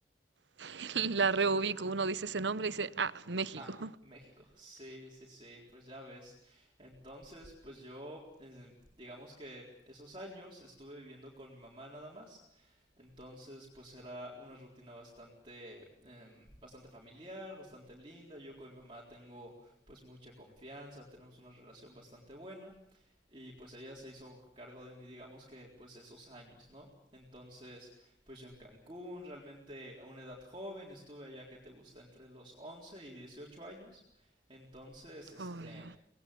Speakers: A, on the right (about 80°); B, on the right (about 30°).
A: <laughs> La reubico, uno dice ese nombre y dice, ah, México.
B: Ah, México. Sí, sí, sí, pues ya ves. Entonces, pues yo, eh, digamos que esos años estuve viviendo con mi mamá nada más. Entonces, pues era una rutina bastante, em, bastante familiar, bastante linda. Yo con mi mamá tengo pues mucha confianza, tenemos una relación bastante buena. Y pues ella se hizo cargo de mí, digamos que pues esos años, ¿no? Entonces, pues yo en Cancún, realmente a una edad joven, estuve allá que te gusta entre los 11 y 18 años. Entonces, este,
A: Oh, ya,